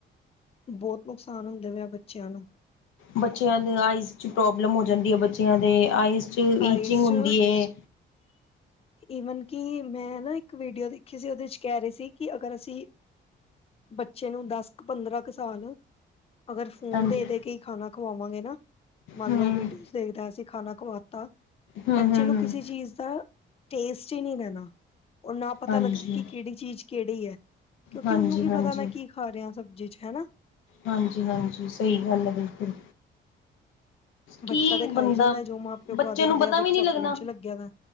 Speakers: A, on the left; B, on the left.
A: ਬੋਤ ਨੁਕਸਾਨ ਹੁੰਦੇ ਵੇ ਆ ਬੱਚਿਆਂ ਨੂੰ।
B: ਬੱਚਿਆਂ ਦੀ ਆਈਜ਼ ਚ ਪ੍ਰੋਬਲਮ ਹੋ ਜਾਂਦੀ ਐ, ਬੱਚਿਆਂ ਦੇ ਆਈਜ਼ ਚ
A: ਆਈਸ
B: ਈਚਿੰਗ ਹੁੰਦੀ
A: ਚ
B: ਐ।
A: ਈਵਨ ਕਿ ਮੈਂ ਨਾ ਇੱਕ ਵੀਡੀਓ ਦੇਖੀ ਸੀ ਉਹਦੇ ਚ ਕੈਅ ਰੇ ਸੀ ਕਿ ਅਗਰ ਅਸੀਂ ਬੱਚੇ ਨੂੰ ਦਸ ਕੁ ਪੰਦਰਾਂ ਕੁ ਸਾਲ ਅਗਰ ਫੋਨ
B: ਹਾਂਜੀ
A: ਦੇ ਦੇ ਕੇ ਹੀ ਖਾਣਾ ਖਵਾਵਾਂਗੇ ਨਾ ਮੰਨ
B: ਹਮ
A: ਲਓ ਵੀਡੀਓ ਦੇਖਦਾ ਅਸੀਂ ਖਾਣਾ ਖਵਾ
B: ਹਮ
A: ਬੱਚੇ
B: ਹਮ
A: ਨੂੰ
B: ਹਮ
A: ਕਿਸੇ ਚੀਜ਼ ਦਾ ਟੇਸਟ ਹੀ ਨਹੀਂ ਰੈਣਾ ਉਹ ਨਾ ਪਤਾ
B: ਹਾਂਜੀ
A: ਲੱਗਣਾ ਕਿ ਕੇੜੀ ਚੀਜ਼ ਕੇੜੀ ਹੈ ਕਿਉਂਕਿ
B: ਹਾਂਜੀ
A: ਉਹਨੂੰ ਕੀ
B: ਹਾਂਜੀ
A: ਪਤਾ ਮੈਂ ਕੀ ਖਾ ਰਿਹਾ ਸਬਜ਼ੀ ਚ ਹਨਾ।
B: ਹਾਂਜੀ ਹਾਂਜੀ ਸਹੀ ਗੱਲ ਹੈ ਬਿਲਕੁਲ
A: ਬੱਚਾ
B: ਕੀ
A: ਤੇ ਖਾਈ
B: ਬੰਦਾ
A: ਜਾਂਦਾ ਜੋ ਮਾਂ ਪਿਓ
B: ਬੱਚੇ
A: ਖਵਾ ਦਿੰਦੇ
B: ਨੂੰ ਪਤਾ
A: ਆ ਬੱਚਾ
B: ਵੀ ਨਹੀਂ ਲੱਗਣਾ
A: ਫੋਨ ਚ ਲੱਗਿਆ ਦਾ